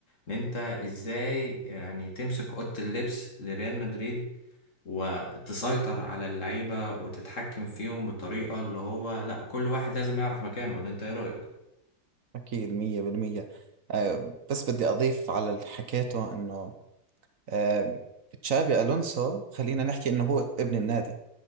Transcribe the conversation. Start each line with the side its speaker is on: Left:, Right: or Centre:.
Left: ان انت ازاي يعني تمسك اوضه اللبس لريال مدريد وتسيطر على اللعيبه وتتحكم فيهم بطريقه اللي هو لا كل واحد لازم يعرف مكانه ولا انت ايه رايك
Right: أكيد مية بالمية آه، بس بدي أضيف على اللي حكيته إنه آه، تشابي ألونسو خلينا نحكي إنه هو ابن النادي